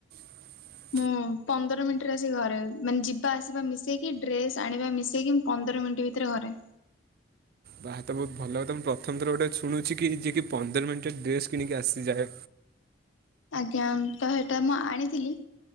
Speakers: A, on the right; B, on the left.
A: ହ
B: ମୁଁ ପନ୍ଦର ମିନିଟ୍ରେ ଆସିକି ଘରେ। ମାନେ ଯିବା ଆସିବା ମିଶେଇ କି, ଡ୍ରେସ୍ ଆଣିବା ମିଶେଇ କି ପନ୍ଦର ମିନିଟ୍ ଭିତରେ ଘରେ।
A: ବାହା ତ ବହୁତ ଭଲ ତ, ମୁଁ ପ୍ରଥମ ଥର ଗୋଟେ ଶୁଣୁଛି କି, ଯିଏ କି ପନ୍ଦର ମିନିଟ୍ ରେ ଡ୍ରେସ୍ କିଣିକି ଆସିଯାଏ।
B: ଆଜ୍ଞା ତ ହେଟା ମୁଁ ଆଣିଥିଲି।